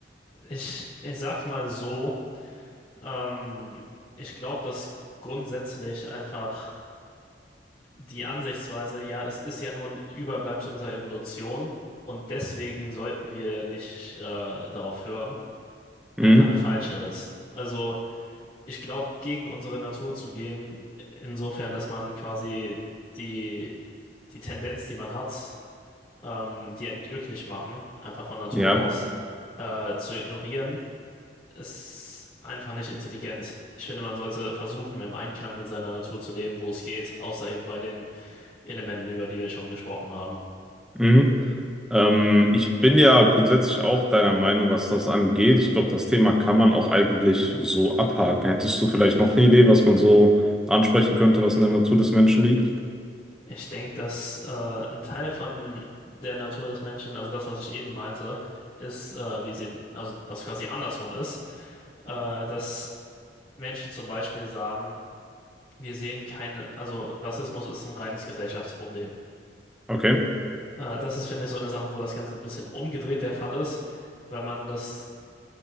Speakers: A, on the left; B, in the centre.
A: Ich, ich sag's mal so, ähm, ich glaube, dass grundsätzlich einfach die Ansichtsweise, ja, es ist ja nur ein Überbleibsel unserer Evolution und deswegen sollten wir nicht äh, darauf hören,
B: Mhm.
A: einfach eine falsche ist. Also ich glaube, gegen unsere Natur zu gehen, insofern, dass man quasi die, die Tendenz, die man hat, ähm, die einen glücklich machen, einfach von Natur
B: Ja.
A: aus, äh, zu ignorieren ist einfach nicht intelligent. Ich finde, man sollte versuchen, im Einklang mit seiner Natur zu leben, wo es geht, außer eben bei den Elementen, über die wir schon gesprochen haben.
B: Mhm. Ähm, ich bin ja grundsätzlich auch deiner Meinung, was das angeht. Ich glaube, das Thema kann man auch eigentlich so abhaken. Hättest du vielleicht noch eine Idee, was man so ansprechen könnte, was in der Natur des Menschen liegt?
A: Ich denke, dass äh, ein Teil von der Natur des Menschen, also das, was ich eben meinte, ist, äh, wie es eben, also was quasi andersrum ist, äh, dass Menschen zum Beispiel sagen, wir sehen keine, also Rassismus ist ein reines Gesellschaftsproblem.
B: Okay.
A: Äh, das ist, finde ich, so eine Sache, wo das Ganze ein bisschen umgedreht der Fall ist, weil man das